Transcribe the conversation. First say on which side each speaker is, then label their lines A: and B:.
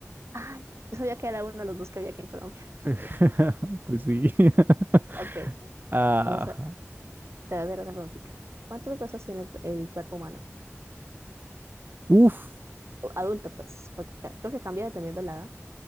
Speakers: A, on the right; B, on the right.
A: Ay, <laughs> yo sabía que era uno de los dos que había aquí en Colombia.
B: <laughs> Pues sí. <laughs>
A: Ok,
B: Ah,
A: vamos a, Ah, te voy a hacer otra preguntita. ¿Cuántos huesos tiene el, el cuerpo humano?
B: uf.
A: O Adulto, pues, porque ca- creo que cambia dependiendo de la edad.